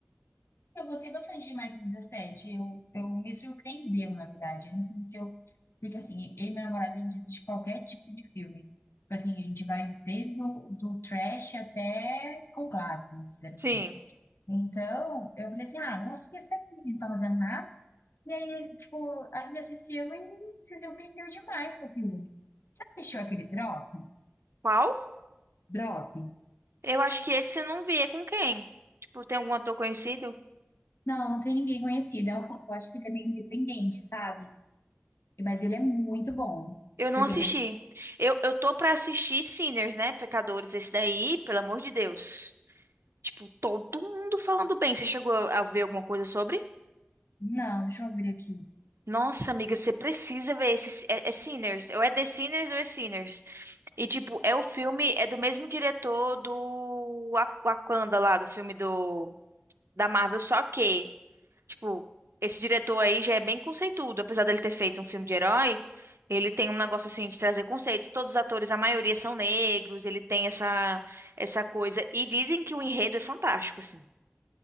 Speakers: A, on the left (about 75°); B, on the right (about 80°).
A: Eu gostei bastante de Mike 17. Eu, eu me surpreendeu, na verdade. Eu não que eu. Porque assim, eu e meu namorado, a gente assiste qualquer tipo de filme. Tipo assim, a gente vai desde o do trash até conclave, vamos dizer assim.
B: Sim.
A: Então, eu falei assim, ah, vamos assistir esse aqui, não tá fazendo nada. E aí, tipo, a gente assistiu e se surpreendeu demais com o filme. Você assistiu aquele Drop?
B: Qual?
A: Drop?
B: Eu acho que esse eu não vi. É com quem? Tipo, tem algum ator conhecido?
A: Não, não tem ninguém conhecido. É um, eu acho que ele é meio independente, sabe? Mas ele é muito bom.
B: Eu não
A: Você
B: assisti.
A: tem que
B: Eu, eu tô pra assistir Sinners, né? Pecadores, esse daí, pelo amor de Deus. Tipo, todo mundo falando bem. Você chegou a a ver alguma coisa sobre?
A: Não, deixa eu abrir aqui.
B: Nossa, amiga, você precisa ver esse. É, é Sinners. Ou é The Sinners ou é Sinners. E, tipo, é o filme. É do mesmo diretor do Wa- Wakanda lá, do filme do, da Marvel. Só que, tipo, esse diretor aí já é bem conceituado. Apesar dele ter feito um filme de herói, ele tem um negócio assim de trazer conceito. Todos os atores, a maioria são negros. Ele tem essa, essa coisa. E dizem que o enredo é fantástico, assim.